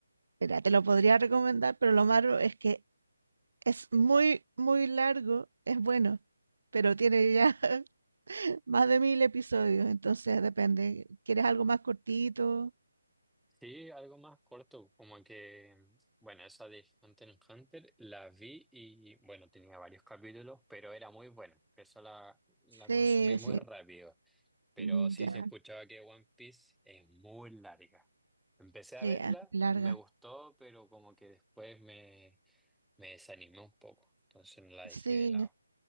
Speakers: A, on the right (about 65°); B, in the centre.
A: Mira, te lo podría recomendar, pero lo malo es que es muy, muy largo, es bueno, pero tiene ya <laughs> Más de mil episodios, entonces depende. ¿Quieres algo más cortito?
B: Sí, algo más corto, como que, bueno, esa de Hunter x Hunter la vi y, bueno, tenía varios capítulos, pero era muy buena, esa la, la
A: Sí,
B: consumí muy
A: sí,
B: rápido, pero
A: mm,
B: sí
A: ya,
B: se escuchaba que One Piece es muy larga. Empecé a
A: sí,
B: verla,
A: ah, larga.
B: me gustó, pero como que después me, me desanimé un poco, entonces no la dejé
A: Sí,
B: de lado.